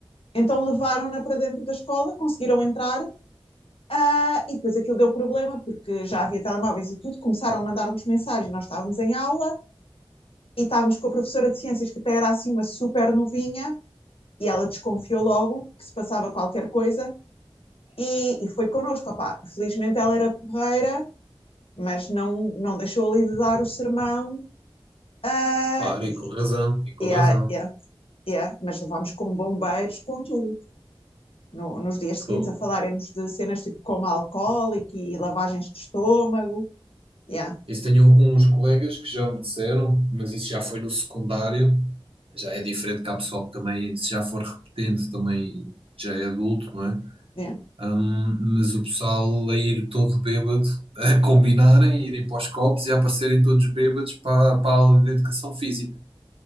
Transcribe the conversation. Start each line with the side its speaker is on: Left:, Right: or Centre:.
Left: Então levaram-na para dentro da escola, conseguiram entrar, ah, e depois aquilo deu problema, porque já havia telemóveis e tudo, começaram a mandar-nos mensagem, nós estávamos em aula, e estávamos com a professora de ciências, que até era assim uma super novinha, e ela desconfiou logo que se passava qualquer coisa, e, e foi connosco, opá. Felizmente ela era porreira, mas não, não deixou ali de dar o sermão, ah,
Right: Claro,
Left: e,
Right: e com razão, e com
Left: yeah,
Right: razão.
Left: yeah, yeah. mas levámos com bombeiros, com tudo. no- nos dias seguintes
Right: Pô,
Left: a falarem-nos de cenas tipo coma alcoólico e lavagens de estômago. Yeah,
Right: Isso tenho uns colegas que já me disseram, mas isso já foi no secundário, já é diferente que há pessoal que também, se já for repetente, também já é adulto, não é?
Left: yeah.
Right: Ahm, mas o pessoal a ir todo bêbado, a combinarem, irem para os copos e a aparecerem todos bêbados para, para a aula de educação física.